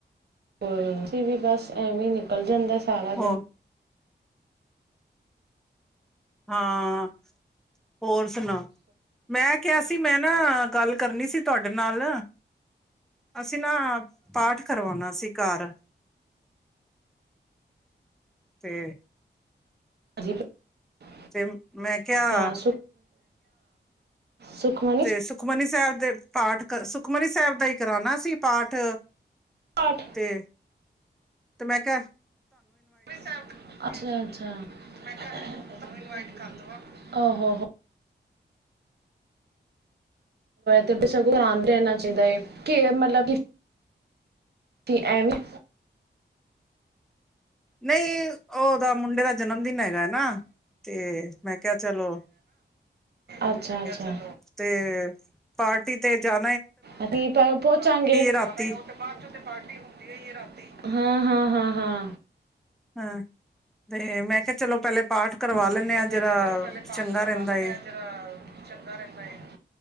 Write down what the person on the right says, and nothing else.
ਹੋਰ ਤੁਸੀਂ ਬਸ ਐਵੇਂ ਨਿਕਲ ਜਾਂਦੈ। ਸਾਰਾ ਦੇਨ।
ਅਜੀਬ ਲੱਗ,
ਤਾਂ ਸੁਖਮਨੀ
ਪਾਠ।
ਸੁਖਮਨੀ ਸਾਹਿਬ ਨੀ ਕਿਤੇ ਗਏ, ਅੱਛਾ ਅੱਛਾ, ਮੈਂ ਕੈ ਤੁਹਾਨੂੰ ਇਨਵਾਈਟ ਕਰ ਦਵਾਂ, ਆਹੋ ਆਹੋ। ਤੇ ਤੋ ਸਗੋਂ ਆਣ ਦੇਣਾ ਚਾਹੀਦਾ ਏ, ਕਿ ਏ ਮਤਲਬ ਕਿ ਕੀ ਐਵੇਂ।
ਅੱਛਾ ਅੱਛਾ।
ਅਸੀ ਟਾਈ ਪੋਚਾਂਗੇ, ਪਾਰਟੀ
ਤੇ ਜਾਣਾ ਏ, ਔ ਤੇ ਬਾਦ ਚੋਂ ਤੇ ਪਾਰਟੀ ਹੁੰਦੀ ਔਈ ਏ ਰਾਤੀ, ਹਾਂ ਹਾਂ। ਅ ਹਾਂ ਹਾਂ
ਤੇ
ਮੈਂ
ਕਿਹਾ ਚਲੋ ਪਹਿਲੇ ਪਾਠ
ਕਰਵਾ
ਲੈਂਨੇ
ਆ, ਜਿਹੜਾ ਚੰਗਾ ਰਹਿੰਦਾ ਏ